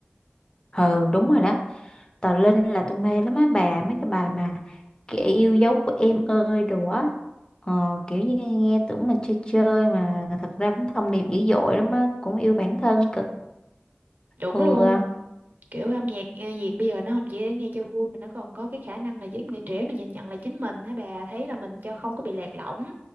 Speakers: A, on the left; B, on the right.
A: ừ đúng rồi đó Tờ Linh là tôi mê lắm á bà mấy cái bài mà kẻ yêu dấu của em ơi đồ á ờ, kiểu như nghe tưởng mình chơi chơi mà thật ra cũng thông điệp dữ dội lắm á cũng yêu bản thân cực
B: Chuẩn
A: vừa
B: luôn. kiểu âm nhạc ờ, Việt bây giờ nó không chỉ để nghe cho vui mà nó còn có cái khả năng là giúp người trẻ mình nhìn nhận lại chính mình hả bà thấy là mình cho không có bị lạc lõng